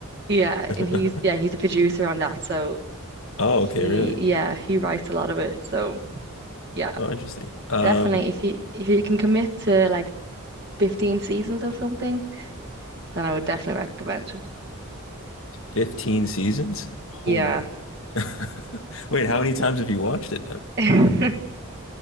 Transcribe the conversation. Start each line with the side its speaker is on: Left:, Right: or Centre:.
Right: Yeah, and he's
Left: <laughs>
Right: yeah, he's a producer on that. So
Left: Oh,
Right: he
Left: okay, really?
Right: yeah, he writes a lot of it. So yeah,
Left: Oh, interesting. Um,
Right: definitely if you if you can commit to like 15 seasons of something, then I would definitely recommend. it.
Left: 15 seasons? Holy.
Right: Yeah.
Left: <laughs> Wait, how many times have you watched it then?
Right: <laughs>